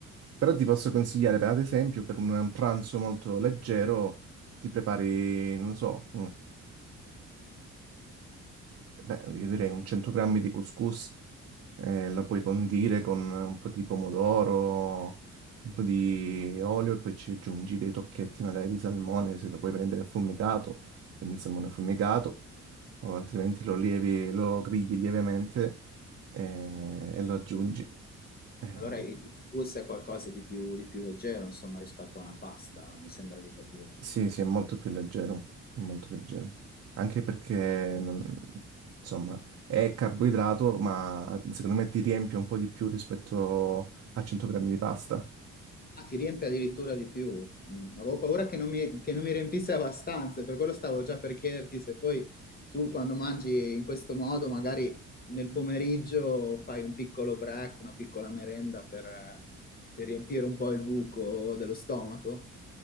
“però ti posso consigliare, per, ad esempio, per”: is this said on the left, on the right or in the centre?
Right